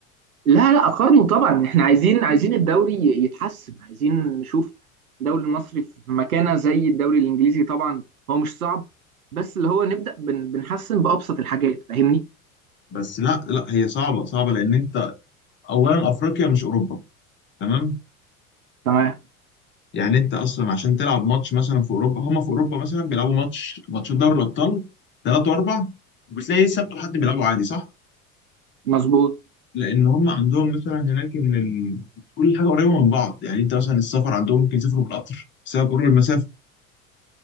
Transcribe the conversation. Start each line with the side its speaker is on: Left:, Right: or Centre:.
Right: لا لا اقارنه طبعا احنا عايزين عايزين الدوري يتحسن عايزين نشوف الدوري المصري في مكانه زي الدوري الانجليزي طبعا هو مش صعب بس اللي هو نبدا بن بنحسن بابسط الحاجات فاهمني
Left: <laughs> بس لا لا هي صعبه صعبه لان انت اولا افريقيا مش اوروبا تمام
Right: تمام
Left: يعني انت اصلا عشان تلعب ماتش مثلا في اوروبا هم في اوروبا مثلا بيلعبوا ماتش ماتشات دوري الابطال ثلاثة واربع بتلاقي سبت وحد بيلعبوا عادي صح
Right: مظبوط
Left: لان هم عندهم مثلا هناك ان ال... كل حاجه قريبه من بعض يعني انت مثلا السفر عندهم ممكن يسافروا بالقطر بسبب قرب المسافه